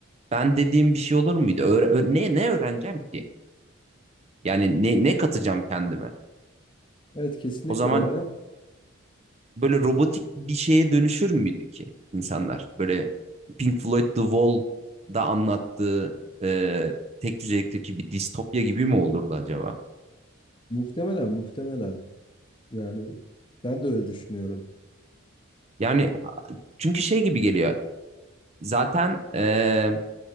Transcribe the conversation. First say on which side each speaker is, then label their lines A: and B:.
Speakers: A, on the right; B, on the left.
A: ben dediğim bir şey olur muydu? Öğre- ö- ne ne öğreneceğim ki? Yani ne ne katacağım kendime?
B: Evet kesinlikle
A: O zaman
B: öğrenem.
A: böyle robotik bir şeye dönüşür müydü ki insanlar? Böyle Pink Floyd The Wall'da anlattığı e, tek düzelikteki bir distopya gibi mi olurdu acaba?
B: Muhtemelen muhtemelen. Yani ben de öyle düşünüyorum.
A: Yani çünkü şey gibi geliyor. Zaten e,